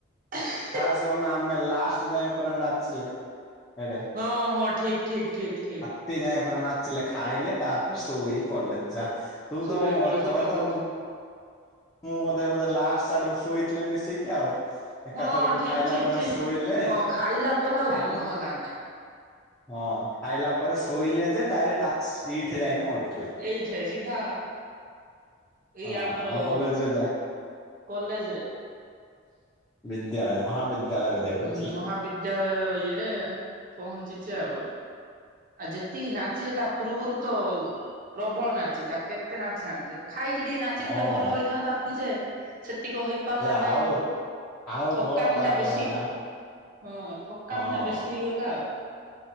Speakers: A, on the right; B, on the left.
A: ହ
B: ଖାସ୍ କଣ ଆମେ ଲାଷ୍ଟ ଯାଇଏ ପରା ନାଚିଲେ। ଏଡେ।
A: ହଁ ହଁ ଠିକ ଠିକ ଠିକ ଠିକ।
B: ସେ ଯାାଇ ଫ ନାଚିଲେ ଖାଇଲେ ତାପରେ ଶୋଇ ପଡିଲେ ଯା। ତୁ
A: ଶୋଇ
B: ତ
A: ପଡେ ସତ
B: ତ
A: କଥା।
B: ତ ମୁଁ ବୋଧେ ବୋଧେ ଲାଷ୍ଟ ଆଡ ଶୋଇଥିଲେ ମିଶିକି ଆଉ। ଏକାଥରକୁ
A: ହଁ ଠିକ
B: ଖାଇଲା
A: ଠିକ
B: ପରେ
A: ଠିକ
B: ଶୋଇଲେ
A: ହଁ ଖାଇଲା ପରେ ଆଉ
B: ଖାଇଲେ।
A: ମନ ହେଲା ନାହିଁ।
B: ହଁ ଖାଇଲା ପରେ ଶୋଇଲେ ଯେ ଡାଇରେକ୍ଟ ଇଠେ ଯାଇନା ଉଠିଲେ।
A: ଏଇଠେ ସିଧା ଏଇ
B: ହଁ
A: ଆମର
B: ଆମ କଲେଜରେ ଯା
A: କଲେଜ ରେ।
B: ବିଦ୍ୟାଳୟ ମହାବିଦ୍ୟାଳୟରେ। ଯାଇକି
A: ହୁଁ
B: ଉଠିଲେ।
A: ମହାବିଦ୍ୟାଳୟ ଇଏରେ ପହଞ୍ଚିଚେ ଆଉ। ଆଉ ଯେତିକି ନାଚିଚେତା ପୂର୍ବରୁ ତ ପ୍ରବଳ ନାଚିଚେ ତା କେତେ ନାଚିଥାନ୍ତେ। ଖାଇକି ଟିକେ ନାଚିଥିଲେ
B: ହଁ
A: ଭଲ ହେଇଥାନ୍ତା ପୁଣି ଯେ ସେତିକି କହି। ପାରିଲା
B: ସେ ଆଉ
A: ନାଇଁ
B: ଆଉ
A: ଥକାମଟା
B: ବଳ ପାଇଲାନି
A: ବେଶୀ।
B: ଆଉ
A: ହଁ ଥକାମିଟା
B: ହଁ।
A: ବେଶୀ ହେଇଗଲା ଆଉ।